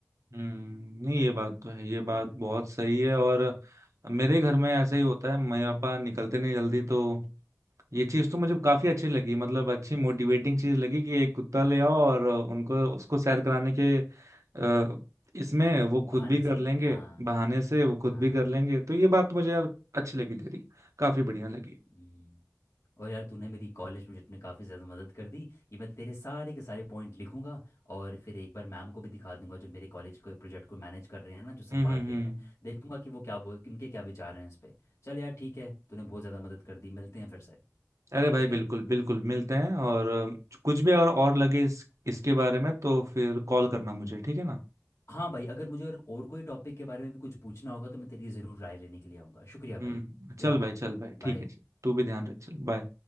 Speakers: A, on the right; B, on the left.
A: हम्म, नहीं ये बात तो है ये बात
B: हम्म,
A: बहुत सही है और मेरे घर में ऐसा ही होता है मेरे पापा निकलते नहीं जल्दी तो ये चीज तो मुझे काफी अच्छी लगी मतलब अच्छी मोटिवेटिंग चीज लगी कि एक कुत्ता ले आओ और उनको उसको सैर कराने के अ, इसमें वो
B: बहाने
A: खुद भी कर
B: से
A: लेंगे
B: हाँ
A: बहाने से वो खुद
B: हाँ
A: भी
B: हाँ
A: कर लेंगे तो ये बात मुझे यार अच्छी लगी तेरी काफी बढ़िया लगी
B: हम्म। और यार तूने मेरी कॉलेज प्रोजेक्ट में काफ़ी ज़्यादा मदद कर दी ये मैं तेरे सारे के सारे पॉइंट लिखूंगा और फिर एक बार मैम को भी दिखा दूंगा जो मेरे कॉलेज के प्रोजेक्ट को मैनेज कर रहे हैं ना जो संभाल
A: हम्म हम्म
B: रहे
A: हम्म।
B: हैं देखूंगा कि वो क्या बोल इनके क्या विचार हैं इस पे चल यार ठीक है तूने बहुत ज़्यादा मदद कर दी मिलते हैं फिर से
A: अरे भाई
B: ठीक
A: बिल्कुल
B: है
A: बिल्कुल मिलते हैं और अ, कुछ भी अगर और लगे इस इसके बारे में तो फिर कॉल करना मुझे ठीक है ना
B: हाँ भाई अगर मुझे और, और कोई टॉपिक के बारे में भी कुछ पूछना होगा तो मैं तेरी ज़रूर राय लेने के लिए आऊँगा शुक्रिया भाई
A: हम्म चल
B: ध्यान
A: भाई
B: रख अपना
A: चल भाई ठीक
B: बाय
A: है चल तू भी ध्यान रख चल बाय